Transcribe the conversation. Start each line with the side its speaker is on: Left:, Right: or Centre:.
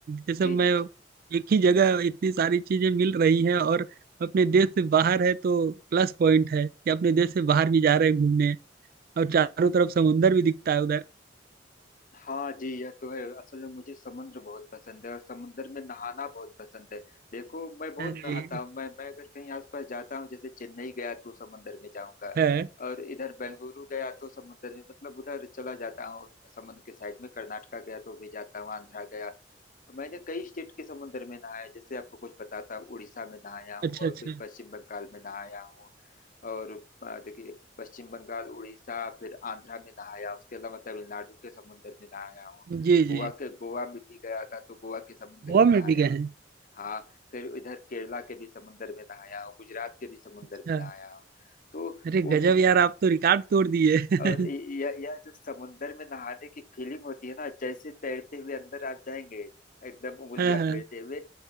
Right: ये सब
Left: जी
Right: मैं
Left: जी जी
Right: एक ही जगह इतनी सारी चीजें मिल रही हैं और अपने देश से बाहर है तो प्लस पॉइंट है कि अपने देश से बाहर भी जा रहे हैं घूमने और चारों तरफ समुंदर भी दिखता है उधर
Left: हाँ जी यह तो है असल में मुझे समुद्र बहुत पसंद है और समुद्र में नहाना बहुत पसंद है देखो मैं बहुत
Right: अरे
Left: नहाता हूँ मैं मैं अगर कहीं आसपास जाता हूँ जैसे चेन्नई गया तो समुद्र में जाऊंगा
Right: है
Left: और इधर बेंगलुरु गया तो समुद्र में मतलब उधर चला जाता हूँ समुद्र के साइड में कर्नाटका गया तो भी जाता हूँ आंध्रा गया मैंने कई स्टेट के समुद्र में नहाया जैसे आपको कुछ बताता हूँ उड़ीसा में नहाया हूँ
Right: अच्छा
Left: और
Right: अच्छा
Left: फिर पश्चिम बंगाल में नहाया हूँ और अ, देखिए पश्चिम बंगाल उड़ीसा फिर आंध्रा में नहाया उसके अलावा तमिलनाडु के समुद्र में नहाया हूँ
Right: जी
Left: गोवा
Right: जी
Left: के गोवा में भी गया था तो गोवा के समुद्र
Right: गोवा
Left: में
Right: में
Left: नहाया
Right: भी गए हैं
Left: हाँ फिर इधर केरला के भी समुद्र में नहाया हूँ गुजरात के भी समुद्र
Right: अच्छा
Left: में नहाया हूँ तो
Right: अरे
Left: वो
Right: गजब
Left: जो
Right: यार आप तो रिकॉर्ड तोड़ दिए <laughs>
Left: और इ- यह यह जो समुंदर में नहाने की फीलिंग होती है ना जैसे तैरते हुए अंदर आप जाएंगे एकदम उंगलियां
Right: हाँ हाँ
Left: फेरते हुए